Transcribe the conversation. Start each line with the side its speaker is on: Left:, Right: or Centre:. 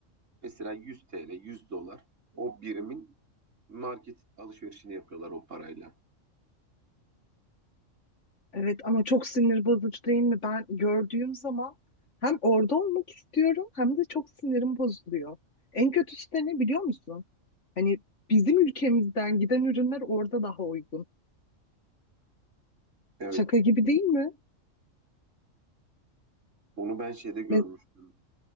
Right: mesela 100 TL, 100 dolar o birimin market alışverişini yapıyorlar o parayla.
Left: Evet ama çok sinir bozucu değil mi? Ben gördüğüm zaman hem orada olmak istiyorum hem de çok sinirim bozuluyor. En kötüsü de ne biliyor musun? Hani bizim ülkemizden giden ürünler orada daha uygun.
Right: Evet.
Left: Şaka gibi değil mi?
Right: Onu ben şeyde görmüştüm.
Left: Ve